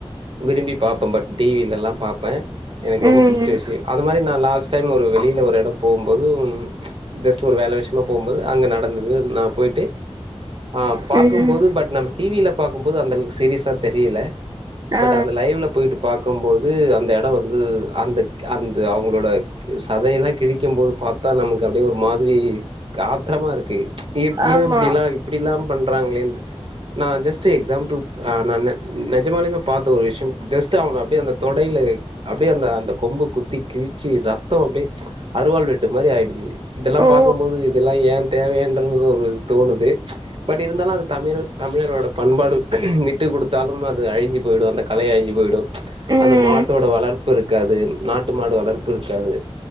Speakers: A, on the right; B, on the right.
A: விரும்பி பாப்பே பட் டிவில எல்லா பாப்பே எனக்கு ரொம்ப
B: ம்
A: பிடிச்ச விஷ்யோ அது மாரி நா லாஸ்ட் சைம் ஒரு வெளில ஒரு யெடோ போம்போது ஜஸ்ட் ஒரு வேல விஷ்மா போம்போது அங்க நடந்துது நா போய்ட்டு ஆ
B: ம்
A: பாக்கும்போது பட் நம்ம டிவில பாக்கும்போது அந்த அளவுக்கு சீரியஸா தெரியல பட்
B: ஆ
A: அந்த லைவ்ல போய்ட்டு பாக்கம்போது அந்த எடோ வந்து அந்த க்க அந்த அவங்ளோட சதையெல்லா கிழிக்கும்போது பாத்தா நமக்கு அப்படியே ஒரு மாதிரி ஆத்தரமா இருக்கு எப் யே
B: ஆமா
A: இப்டிலா இப்டில்லா பண்றாங்களேண் நா ஜஸ்ட்டு எக்ஸாம்பிள் நா ந நெஜமாலுமே பாத்த ஒரு விஷ்யம் ஜஸ்ட்டு அவனை அப்படியே அந்த தொடையில அப்படியே அந்த அந்த கொம்பு குத்தி கிழிச்சி இரு த்தோ அப்டி ச் அறுவாள் வெட்டு மாரி ஆய்டுச்சு இதெல்லா
B: ஓ
A: பாக்கம்போது இதெல்லா ஏ தேவையா ன்ற ஒரு தோணுது பட் இருந்தாலு அது தமிழர் தமிழரோட பண்பாடு விட்டு குடுத்தாலும் அது அழிஞ்சு போய்டும் அந்த கலை அழிஞ்சு போய்டும்
B: ம்
A: அந்த மாட்டோட வளர்ப்பு இருக்காது நாட்டு மாடு வளர்ப்பு இருக்காது